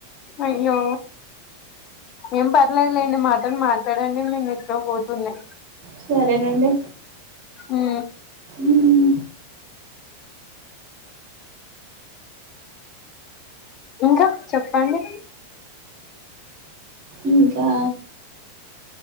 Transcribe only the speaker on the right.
సరేనండి
ఉమ్
ఇంకా